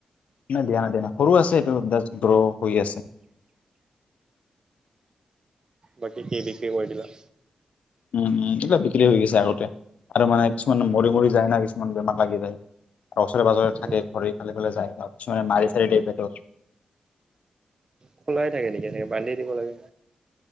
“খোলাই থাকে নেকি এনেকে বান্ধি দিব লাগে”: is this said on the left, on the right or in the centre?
Right